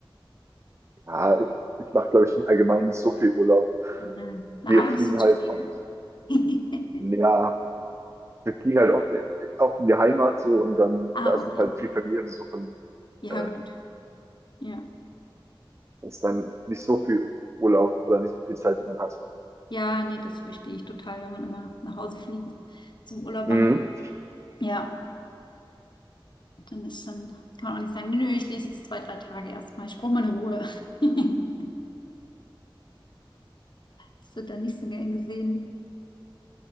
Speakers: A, on the right (about 30°); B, on the left (about 55°).
A: Ja, ich mache, glaube ich, allgemein nicht so viel Urlaub.
B: Ja. Na,
A: Wir
B: arbeitest
A: fliegen
B: du zu
A: halt
B: viel?
A: oft,
B: <laughs>
A: ja, wir fliegen halt oft, oft in die Heimat so und dann,
B: Ah,
A: da ist
B: okay.
A: es halt viel Familienbesuch und
B: Ja,
A: äh,
B: gut. Ja.
A: Das ist dann nicht so viel Urlaub oder nicht so viel Zeit, die man hat.
B: Ja, nee, das verstehe ich total, wenn man immer nach Hause fliegt zum Urlaub
A: Mhm.
B: machen. Ja. Dann ist dann, kann man auch nicht sagen, nö, ich lese jetzt zwei, drei Tage erstmal. Ich brauche meine Ruhe. <laughs> Das wird dann nicht so gern gesehen.